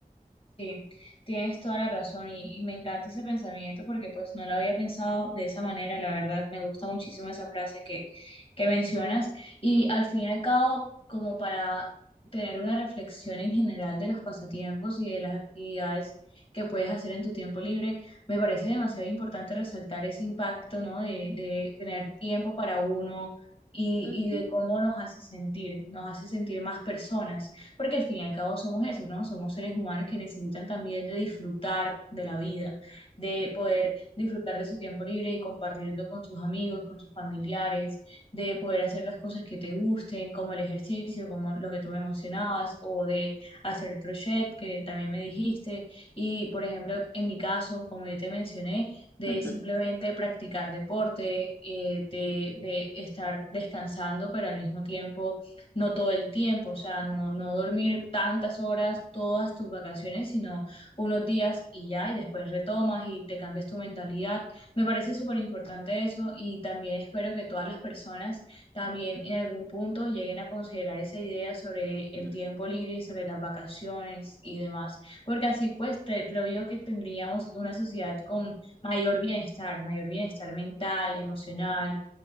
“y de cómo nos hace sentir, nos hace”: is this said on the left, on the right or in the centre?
Left